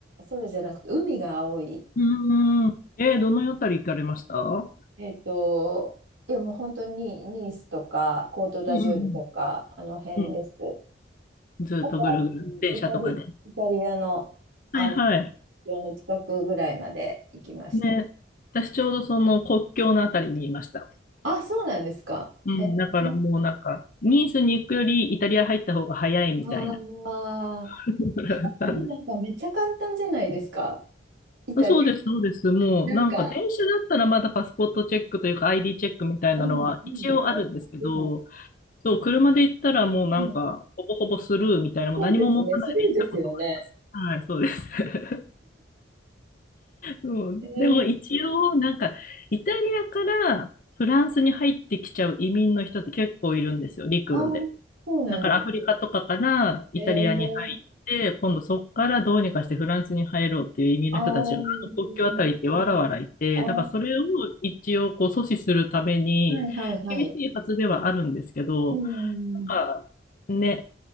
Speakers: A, on the right (about 85°); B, on the left (about 45°).
A: 空じゃなくて海が青い。
B: うんうん。えーどのあたり行かれましたうん
A: えっと、いやもう本当にニースとか、コートダジュールとか、
B: うん
A: あの辺です。
B: うん。うんずっとぐるぐる、
A: あとは、あの、
B: 電車とかで。
A: イタリ、イタリアの、あの、
B: はいはい。
A: 国境の近くぐらいまで行きました。
B: ね、私ちょうどその国境のあたりにいました。
A: あ、そうなんですか。
B: うん、
A: えー、
B: だからもうなんか、ニースに行くよりイタリア入った方が早いみたいな。
A: ああ、
B: <laughs>
A: あそこもなんかめっちゃ簡単じゃないですか。
B: なんで
A: イタリア、
B: そうです、そうです。もうなんか電車だったらまだパスポートチェックというか
A: なんか、
B: ID チェックみたいなのは一応あるんですけど、
A: うん、うん、そうですね。
B: そう、車で行ったらもうなんか、
A: うん、
B: ほぼほぼスルーみたいな、もう何も持たないで行ったこともあります。
A: そうですね、スルーですよね。
B: はい、そうです。そう、
A: えー、
B: でも一応、なんか、イタリアからフランスに入ってきちゃう移民の人って結構いるんですよ、陸路で。
A: あー、そうなんだ。
B: だからアフリカとかからイタリアに入って、
A: えー、
B: 今度そこからどうにかしてフランスに入ろうっていう移民の人たちが、
A: あー、
B: あの国境あたりってわらわらいて、
A: なるほどあ
B: だからそれを一応こう阻止するために、
A: ー、はいはいはい。
B: 厳しいはずではあるんですけど、
A: うん。
B: なんかね、